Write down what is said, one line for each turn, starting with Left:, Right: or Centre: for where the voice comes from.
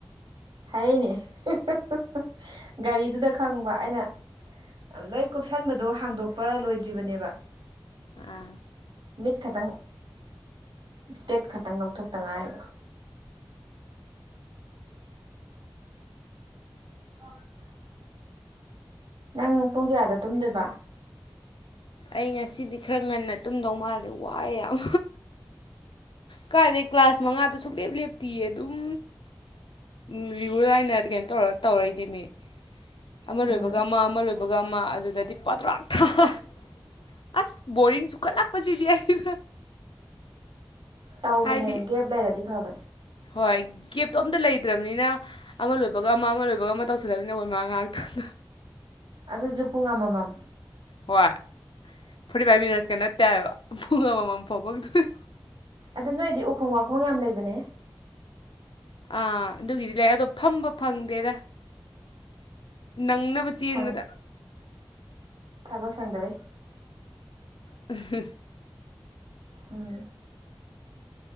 Right: ꯍꯥꯏꯔꯛꯏꯅꯦ ꯍꯥ ꯍꯥ ꯍꯥ ꯍꯥ ꯒꯥꯔꯤꯗꯨꯗ ꯈꯪꯕ ꯑꯩꯅ ꯂꯣꯏ ꯀꯨꯞꯁꯟꯕꯗꯣ ꯍꯥꯡꯗꯣꯛꯄ ꯂꯣꯏꯗ꯭ꯔꯤꯕꯅꯦꯕ
Left: ꯑꯥ
Right: ꯃꯤꯠ ꯈꯇꯪ ꯏꯁꯄꯦꯛ ꯈꯛꯇꯪ ꯂꯧꯊꯣꯛꯇ ꯉꯥꯏꯔꯤꯕ <inaudible> ꯅꯪ ꯄꯨꯡ ꯀꯌꯥꯗ ꯇꯨꯝꯗꯣꯏꯕ꯫
Left: ꯑꯩ ꯉꯁꯤꯗꯤ ꯈꯔ ꯉꯟꯅ ꯇꯨꯝꯗꯧ ꯃꯥꯜꯁꯦ ꯋꯥꯑꯦ ꯌꯥꯝ ꯀꯥꯏꯗꯩ ꯀ꯭ꯂꯥꯁ ꯃꯉꯥꯗꯣ ꯁꯨꯛꯂꯦꯞ ꯂꯦꯞꯇꯤꯌꯦ ꯑꯗꯨꯝ ꯎꯝ ꯔꯤꯒꯨꯂꯔ <unintelligible> ꯑꯃ
Right: ꯎꯝ
Left: ꯂꯣꯏꯕꯒ ꯑꯃ ꯑꯃ ꯂꯣꯏꯕꯒ ꯑꯃ ꯑꯗꯨꯗꯗꯤ ꯄꯗ꯭ꯔꯥꯛ ꯇꯥꯔꯦ ꯑꯁ ꯕꯣꯔꯤꯡ ꯆꯨꯈꯠꯂꯛꯄꯁꯤꯗꯤ ꯑꯩ
Right: ꯇꯧꯕꯅꯦ
Left: ꯍꯥꯏꯗꯤ
Right: ꯒꯦꯞ ꯂꯩꯔꯗꯤ ꯐꯕꯅꯦ꯫
Left: ꯍꯣꯏ ꯒꯦꯞꯇꯣ ꯑꯝꯇ ꯂꯩꯇ꯭ꯔꯕꯅꯤꯅ ꯑꯃ ꯂꯣꯏꯕꯒ ꯑꯃ ꯑꯃ ꯂꯣꯏꯕꯒ ꯑꯃ ꯇꯧꯁꯜꯂꯕꯅꯤꯅ ꯍꯣꯏꯃꯥ ꯉꯥꯏꯍꯥꯛꯇꯪꯗꯣ
Right: ꯑꯗꯨꯖꯨ ꯄꯨꯡ ꯑꯃꯃꯝ
Left: ꯍꯣꯏ ꯐꯣꯔꯇꯤ ꯐꯥꯏꯚ ꯃꯤꯅꯠꯁꯀ ꯅꯠꯇꯦ ꯍꯥꯏꯕ ꯄꯨꯡ ꯑꯃꯃꯝ ꯐꯝꯃꯛꯇꯣꯏ
Right: ꯑꯗꯨ ꯅꯣꯏꯗꯤ ꯎꯈꯣꯡ ꯋꯥꯈꯣꯡ ꯌꯥꯝ ꯂꯩꯕꯅꯦꯍꯦ
Left: ꯑꯥ ꯑꯗꯨꯒꯤꯗꯤ ꯂꯩ ꯑꯗꯣ ꯐꯝꯕ ꯐꯪꯗꯦꯗ ꯅꯪꯅꯕ ꯆꯦꯟꯕꯗ
Right: ꯁꯪ ꯊꯕꯛ ꯁꯪꯗꯕꯩ
Left: <unintelligible>
Right: ꯎꯝ